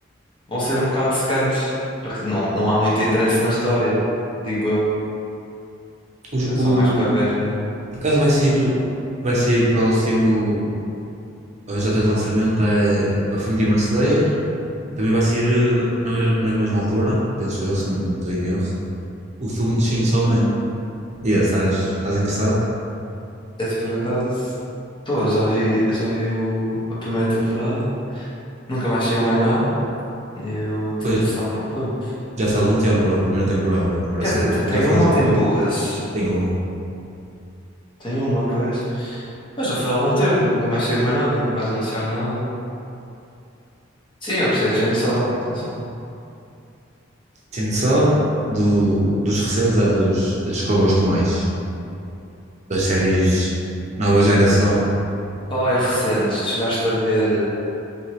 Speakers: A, on the left (about 25°); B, on the right (about 35°).
A: vão ser um bocado secantes, porque não, não há muito interesse na história, digo eu.
B: Os-
A: Que é
B: O,
A: só mais para ver. hum.
B: Por acaso vai sair, vai sair o próximo eh, já de lançamento é a From Demon Slayer. Também vai sair eh, na, mes- na mesma altura, penso eu, se não estou em erro, o filme de Chainsaw Man. E yeah, estás, estás interessado?
A: Esse por acaso, estou, já vi, já vi o- a primeira temporada, nunca mais saiu mais nada. Eu estou
B: Pois,
A: interessado para o filme.
B: já foi há algum tempo a primeira temporada. Parece
A: Quer dizer,
B: que não,
A: te-
B: mas
A: tem
B: já foi
A: uma
B: há uns
A: ou
B: anos.
A: tem duas?
B: Tem uma.
A: Tem uma, pois. Pois já foi há algum tempo e nunca mais saiu mais nada, nunca mais anunciaram nada. Sim, eu gostei de gente só, atenção.
B: Chainsaw, do, dos recentes, é dos, é dos que eu gosto mais. Das séries Nova Geração.
A: Falar em recentes, tu chegaste a ver,